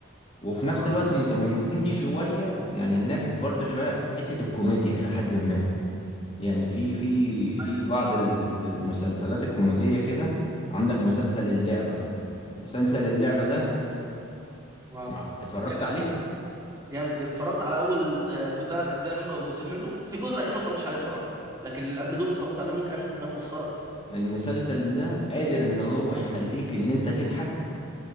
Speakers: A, on the left (about 25°); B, on the right (about 15°).
A: وفي نفس
B: اه
A: الوقت متميزين شوية يعني ننافس برضو شوية في حتة الكوميديا إلى حد ما يعني في في في
B: حقيقي
A: بعض ال- المسلسلات الكوميدية كده عندك مسلسل اللعبة مسلسل اللعبة ده
B: اه
A: مع- اتفرجت
B: جامد
A: عليه
B: بصراحه جامد جدا اتفرجت على اول ثلاث اجزاء منه او جزئين منه في الجزء الاخير ما اتفرجتش عليه بصراحه لكن اللي قبل دول اتفرجت عليهم كان كانوا مسخره
A: المسلسل ده قادر ان هو يخليك ان انت تضحك